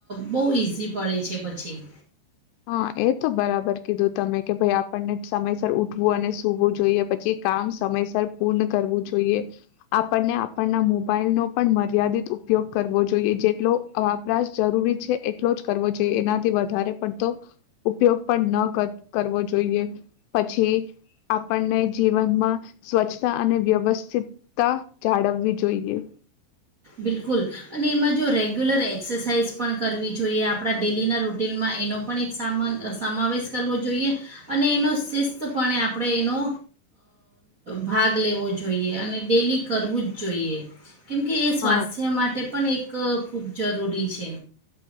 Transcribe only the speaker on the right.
બહુ ઇઝી ઘસી પડે છે પછી
બિલકુલ અને એમાં જો રેગ્યુલર એક્સરસાઇઝ પણ કરવી જોઈએ આપણા ડેલીના રૂ હોટેલમાં એનો પણ સામાન સમાવેશ કરવો જોઈએ અને એનો શિસ્તપણે આપણે એનો ભાગ લેવો જોઈએ અને ડેલી કરવું જ જોઈએ કેમકે એ સ્વાસ્થ્ય
માટે પણ એક ક ખૂબ જરૂરી છે.